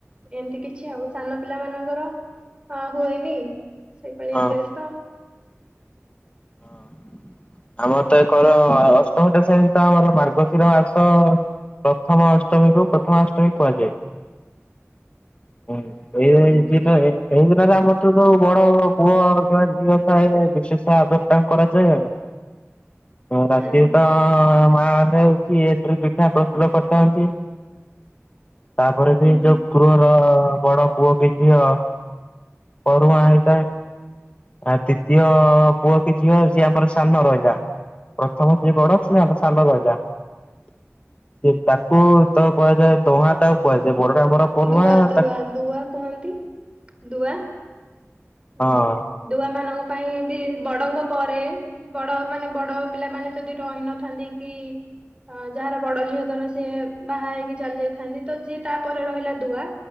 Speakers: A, on the right; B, on the left.
A: ଏମିତି କିଛି ଆଉ ସାନ ପିଲା ମାନଙ୍କର ହ ହୁଏନି ସେଇପାଳି
B: ହଁ।
A: ଡ୍ରେସ ତ
B: ହଁ <inaudible> ଆମର ତ ଏକର ଅଷ୍ଟମ ଶ୍ରେଣୀ ତ ଆମର ମାର୍ଗଶିର ମାସ ପ୍ରଥମ ଅଷ୍ଟମୀକୁ ପ୍ରଥମାଷ୍ଟମୀ କୁହାଯାଏ। ହୁଁ ଏଇଟା
A: ଉଁ
B: ଇଜୀ ତ ଏଇ ଦିନରେ ଆମ ଯୋଉ ବଡ ପୁଅ କିମ୍ବା ଝିଅ ଥାଏ ବିଶେଷ ଆଦର ତାଙ୍କ କରାଯାଏ ଆଉ ହଁ ରାଷ୍ଟ୍ରୀୟତା
A: ହୁଁ
B: ଆ ଆ ମା ରାନ୍ଧେ ଆଉ କିଏ ଏଥିରେ ପିଠା ପ୍ରସ୍ତୁତ କରିଥାନ୍ତି। ତାପରେ
A: ହୁଁ
B: ବି ଯୋଉ କୁରୁଅ ବଡ ପୁଅ ବି ଝିଅ ପରୁହାଁ ହେଇଥାଏ। ଆଉ ଦ୍ଵିତୀୟ ପୁଅ କି ଝିଅ ସିଏ ଆମର ସାନ ରହିଲା। ପ୍ରଥମ ଯିଏ ବଡ଼ ଆଉ ସେ ସାନ ରହିଲା। ସେ ତାକୁ ତ କୁହାଯାଏ ଦୁହାଁ ତାକୁ କୁହାଯାଏ। ବଡଟା ଆମର ପରୁହାଁ
A: ଦୁଆ
B: ହଁ
A: ଦୁଆ
B: ଅଁ
A: ଦୁଆ କୁହନ୍ତି ଦୁଆ ହୁଁ
B: ହଁ ଅଁ
A: ଦୁଆ ମାନଙ୍କ ପାଇଁ ବି ବଡଙ୍ଗ ପରେ ବଡ ମାନେ ବଡ ପିଲାମାନେ ଯଦି ରହିନଥାନ୍ତି କି ହଁ ଯାହାର ବଡ ଝିଅ ଧର ସିଏ ବାହା ହେଇକି ଚାଲି ଯାଇଥାନ୍ତି ତ ଯିଏ ତାପରେ ରହିଲା ଦୁଆ